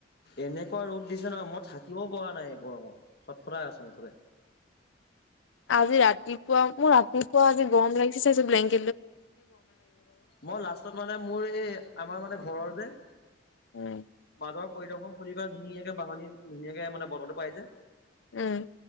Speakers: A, on the left; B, on the left.
A: এনেকুৱা ৰ'দ দিছে ন মই থাকিব পৰা নাই গৰমত চটফটাই আছো মুঠতে
B: আজি ৰাতিপুৱা মোৰ ৰাতিপুৱা আজি গৰম লাগিছে ব্লেং
A: মই লাষ্টত মানে মোৰ এই আমাৰ মানে ঘৰৰ যে
B: উম।
A: ৰ পৰিদৰ্শন খুলি পেলাই ধুনীয়াকে বাহনী ধুনীয়াকে মানে বতাহটো পাই যায়
B: উম